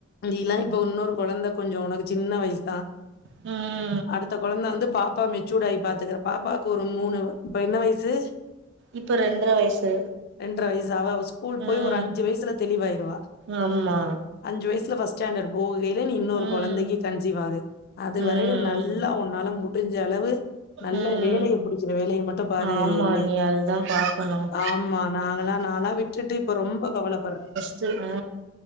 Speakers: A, on the left (about 50°); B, on the right (about 60°).
A: நீல்லா இப்ப ஒன்னொரு குழந்த கொஞ்சோ உனக்கு சின்ன வயசு தா
B: ம்
A: அடுத்த குழந்தை வந்து பாப்பா மெச்சூட் ஆகி பாத்துக்கற பாப்பாவுக்கு ஒரு மூணு இப்ப என்ன வயசு
B: இப்ப ரெண்டர வயசு
A: ரெண்டர வயசு அதா அவ ஸ்கூல் போய்
B: ம்
A: ஒரு அஞ்சு வயசுல தெளிவாய்டுவா
B: ஆமா
A: அஞ்சு வயசுல ஃபஸ்ட் ஸ்டாண்டர்ட் போகையில நீ இன்னொரு
B: ம்
A: கொழந்தைக்கு கன்சிவ் ஆகு அது
B: ம்
A: வரையும் நல்லா உன்னால முடிஞ்ச அளவு நல்ல
B: ம்
A: வேலைய புடிச்ச வேலைய மட்டு பாரு
B: ஆமா
A: இவளே
B: அண்ணி அதுதான் பாக்கணும்
A: ஆமா நாங்களா நான்ல்லா விட்டுட்டு இப்ப ரொம்ப கவலைப்படுற
B: செரி அ